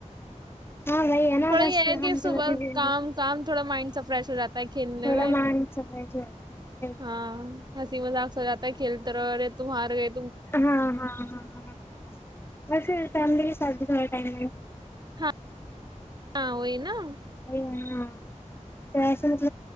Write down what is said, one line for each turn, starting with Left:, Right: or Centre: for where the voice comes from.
Left: ہاں وہی ہے نا
Right: تھوڑا
Left: بس
Right: یہ ہے کہ
Left: ہم
Right: صبح
Left: تو ویسے بھی
Right: کام کام تھوڑا مائنڈ سا فریش ہو جاتا ہے کھیلنے
Left: تھوڑا
Right: میں
Left: مان سفائی سے
Right: ہاں ہسی مزاگ س جاتتاا کھیلترارے توم مارگئی
Left: ہاں ہاں ہاں ہاں بس فملی کے سات <inaudible> سکال ہو
Right: ہاں ہاں وہی نا یہی
Left: ہاں تو ایسا مل س